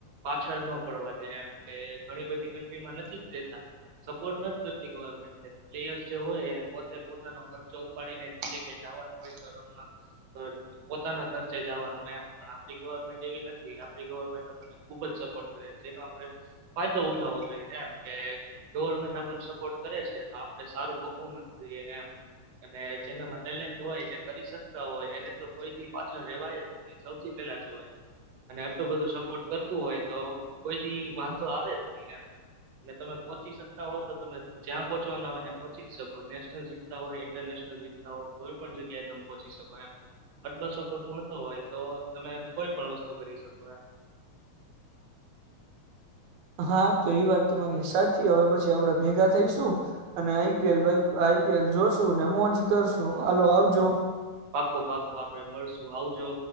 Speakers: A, on the right (about 65°); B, on the right (about 80°).
A: પાછળ ન પડવા દે એમ, કે ઘણી બધી કન્ટ્રીમાં નથી જ દેતા, સપોર્ટ નથ <unintelligible> પ્લેયરસ જે હોય એને પોતે પોતાનો ખર્ચો ઉપાડીને બીજે ક્યાંય જવાનું હોય તો રમવા, તો પોતાના ખર્ચે જવાનું એમ, પણ આપડી ગવર્મેન્ટ એવી નથી, આપડી ગવર્મેન્ટ આપણને ખુબ જ સપોર્ટ કરે, જેનો આપણે ફાયદો ઉઠાવો જોઈએ એમ, કે ગવર્મેન્ટ આપને સપ પોર્ટ કરે છે તો આપડે સારું પફોર્મન્સ દઈએ એમ, અને જેનામાં ટેલેન્ટ હોય, જે કરી શકતા હોય એને તો કોઈ દી પાછળ રેવાય જ નહીં, સૌથી પેલા જવાય. અને આટલું બધું સપોર્ટ કરતું હોય તો કોઈ દી વાંધો આવે જ નહીં એમ, અને તમે પહોંચી શકતા હો તો તમે જ્યાં પહોંચવાના હોય ન્યાં પહોંચી જ શકો, નેશનલ જીતતા હોય, ઇન્ટરનેશનલ જીતતા હો, કોઈ પણ જગ્યાએ તમે પહોંચી શકો એમ. આટલો સપોર્ટ મળતો હોય તો તમે કોઈ પણ વસ્તુ કરી શકો એમ.
B: હા તો ઈ વાત તમારી સાચી. હવે પછી આપડે ભેગા થઈશું, અને આઈ પી એલ વાઈ આઈ પી એલ જોશું, ને મોજ કરશું. હાલો આવજો.
A: પાક્કો પાક્કો આપડે મળશું આવજો.